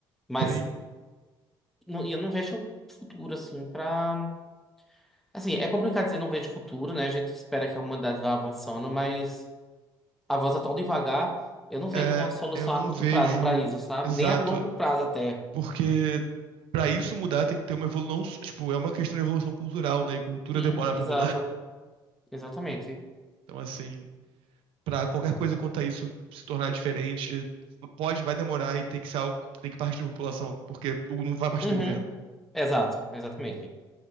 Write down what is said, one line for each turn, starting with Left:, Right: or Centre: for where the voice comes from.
Centre: Mas
Right: sim.
Centre: não- e eu não vejo futuro, assim, pra. Assim, é complicado dizer não vejo futuro, né? A gente espera que a humanidade vá avançando, mas a volta tão devagar, eu não vejo
Right: É,
Centre: uma solução
Right: eu não
Centre: a curto
Right: vejo
Centre: prazo pra isso, sabe?
Right: exato,
Centre: Nem a longo prazo até.
Right: porque Pra isso mudar, tem que ter uma evolução. Tipo, é uma questão de evolução cultural, né? E cultura
Centre: Sim,
Right: demora pra
Centre: exato.
Right: mudar. <laughs>
Centre: Exatamente.
Right: Então, assim, pra qualquer coisa quanto a isso se tornar diferente, pode, vai demorar e tem que ser algo que tem que partir da população, porque o- não vai partir
Centre: Uhum.
Right: do governo.
Centre: Exato, exatamente.